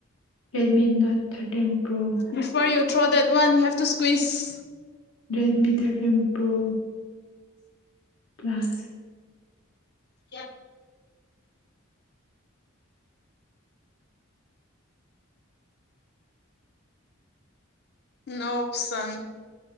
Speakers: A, on the left (about 70°); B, on the left (about 50°).
A: Redmi note thirteen pro
B: ꯁꯐ ꯌ ꯊ꯭ꯔꯣ ꯗꯦꯠ ꯋꯥꯟ ꯍꯦ ꯇꯨ ꯁ꯭ꯋꯁ
A: ꯔꯦꯗꯃꯤ ꯊꯥꯔꯇꯤꯟ ꯄ꯭ꯔꯣ ꯀ꯭ꯂ꯭ꯂꯥꯁ
B: ꯀꯌꯥ ꯅ ꯑꯣꯞꯁꯟ